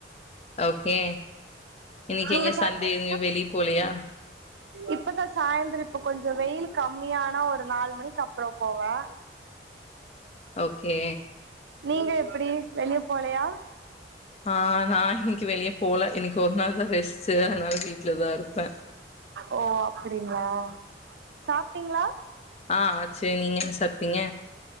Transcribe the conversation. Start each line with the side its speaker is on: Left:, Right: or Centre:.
Left: ஓகே இன்னைக்கி
Right: நீங்க
Left: எங்க
Right: சாப்ட்
Left: சண்டே எங்கியு வெளிய போலையா
Right: இப்பதா சாயந்தர இப்ப கொஞ்சோ வெய்யிலு கம்மியானா ஒரு நாலு மணிக்கு அப் அப்பறோ போவே
Left: ஓகே
Right: நீங்க எப்டி வெளிய போலையா
Left: ஆ நா இன்னைக்கு வெளிய போல இன்னைக்கு ஒரு நாள் தா ரெஸ்ட்டு அதனால வீட்டுல தா இருப்பே
Right: ஓ அப்படிங்களா சாப்ட்டீங்களா
Left: ஆ ஆட்சு நீங்க என்ன சாப்ட்டீங்க